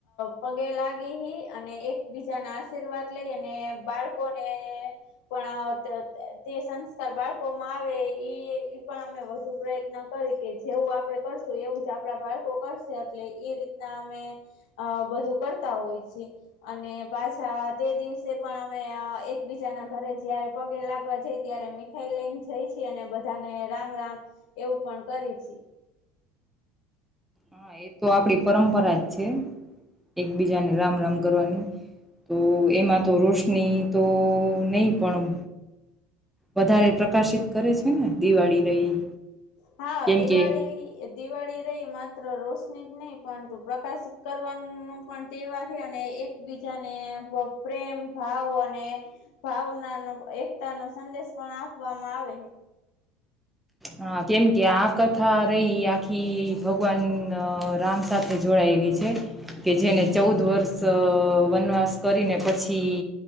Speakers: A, on the left; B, in the centre.
A: પગે લાગી અને એકબીજાના આશીર્વાદ લઈ અને બાળકોને પણ તે સંસ્કાર બાળકો માં આવે પણ અમે વધુ પ્રયત્ન જેવું આપડે કરશું એવું જ આપણા બાળકો કરશે એટલે એ રીતના અમે બધું કરતા હોય છીએ અને પાછા તે દિવસે પણ અમે એકબીજાના ઘરે જયારે પગે લાગવા જાય ત્યારે મીઠાઈ લઈને જઈ છીએ અને બધાને રામ રામ એવું પણ કરીએ છીએ.
B: હા એ તો આપણી પરંપરા જ છે. એકબીજાને રામ રામ કરવાની તો એમાં તો રોશની તો નહ પણ વધારે પ્રકાશિત કરે છે ને દિવાળી રહી
A: હા
B: કેમ
A: દિવાળી
B: કે
A: દિવાળી રહી માત્ર રોશની જ નહી પરંતુ પ્રકાશ કરવાનું પણ તહેવાર છે અને એકબીજાને પ્રેમ ભાવ અને ભાવના એકતા નો સંદેશ પણ આપવામાં આવે છે.
B: હ કેમ કે આ કથા રહી આખી ભગવાન રામ સાથે જોડાયેલી છે કે જેને ચૌદ વર્ષ વનવાસ કરીને પછી